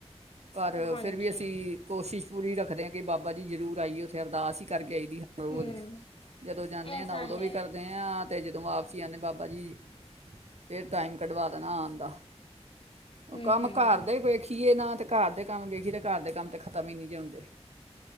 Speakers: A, on the right (about 75°); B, on the left (about 55°).
A: ਪਰ
B: ਹਾਂਜੀ
A: ਫਿਰ ਵੀ ਅਸੀਂ ਕੋਸ਼ਿਸ਼। ਪੁਰੀ ਹੀ ਰੱਖਦੇਾਂ ਕਿ ਬਾਬਾ ਜੀ ਜ਼ਰੂਰ ਆਈਏ ਬਾਸੀ ਕਰ ਕੇ ਹਰ ਰੋਜ਼
B: ਹਮ
A: ਜਦੋਂ ਜਾਂਦੇ
B: ਇਹ
A: ਹਾਂ ਤਾਂ ਉਦੋਂ
B: ਹੈ
A: ਵੀ ਕਰਦੇ ਹਾਂ ਅਤੇ ਜਦੋਂ ਵਾਪਸੀ ਆਉਂਦੇ ਬਾਬਾ ਜੀ ਫਿਰ ਟਾਈਮ ਕੱਢਵਾ ਦੇਣਾ ਆਉਣ ਦਾ ਉਹ
B: ਹਮ
A: ਕੰਮ
B: ਹਮ
A: ਘਰ ਦੇ ਵੈਖੀਏ ਨਾ ਤੇ ਘਰ ਦੇ ਕੰਮ ਵੈਖੀ ਤੇ ਘਰ ਦੇ ਕੰਮ ਤੇ ਖਤਮ ਹੀ ਨਹੀਂ ਜੀ ਹੁੰਦੇ